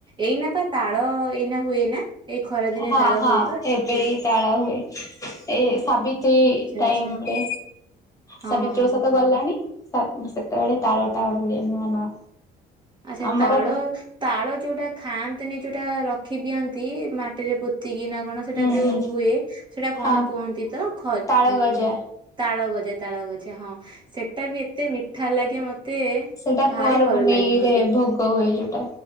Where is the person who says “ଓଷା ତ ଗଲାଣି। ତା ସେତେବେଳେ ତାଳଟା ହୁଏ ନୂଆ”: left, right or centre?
Left